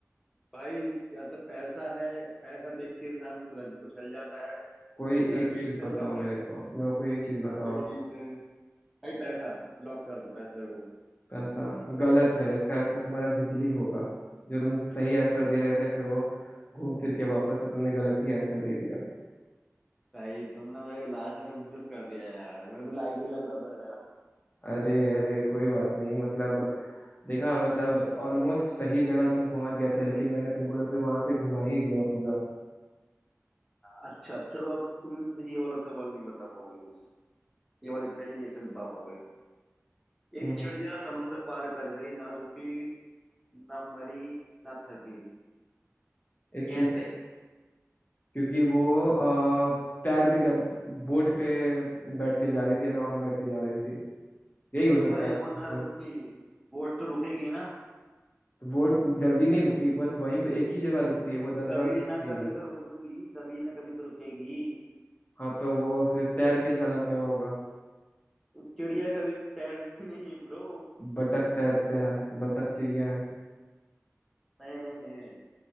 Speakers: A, in the centre; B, on the left.
A: भाई या तो पैसा है पैसा देख के इंसान उलझ- उछल जाता है
B: कोई
A: छू कर
B: एक
A: भी
B: चीज
A: उछल
B: बताओ
A: जाता
B: मेरे को
A: है
B: मेरे को कोई एक चीज बताओ
A: कोई चीज
B: आप
A: है भाई पैसा लॉक कर दो पैसे को
B: पैसा गलत है इसका आंसर तुम्हारा बिजली होगा जो तुम सही आंसर दे रहे थे फिर वो घूम फिर के वापस से तुमने गलत ही आंसर दे दिया
A: भाई तुमने मेरे लास्ट में कंफ्यूज कर दिया यार मेरे को लाइट ही लग रहा था यार
B: अरे अरे कोई बात नहीं मतलब देखा मतलब
A: हम्म,
B: ऑलमोस्ट सही जगह तुम पहुंच गए थे लेकिन मैंने तुमको तो फिर वहां से घुमा ही दिया पूरा
A: अच्छा चलो अब तुम ये वाला सवाल नहीं बता पाओगे मुझसे ये वाली पहले नहीं सुलझा पाओगे एक
B: हम्म
A: चिड़िया समंदर पार कर गई ना रुकी ना मरी ना थकी
B: एक
A: कैसे
B: क्योंकि वो अ, तैर के जब बोट पे बैठ के जा रही थी या नाव पे बैठ के जा रही थी यही हो
A: तो
B: सकता
A: भाई
B: है
A: वो ना
B: सर
A: रुकी बोट तो रुकेगी ना
B: तो बोट जल्दी नहीं रुकती बस वहीं पे एक ही जगह रुकती है वो दस
A: कभी
B: बार नहीं
A: ना
B: रुकती है
A: कभी
B: बस
A: तो रुकेगी कभी ना कभी तो रुकेगी
B: हाँ तो वो फिर तैर के चला गया होगा
A: उस चिड़िया कभी तैरती नहीं है ब्रो
B: बतख तैरते हैं बतख चिड़िया है
A: नहीं नहीं नहीं नहीं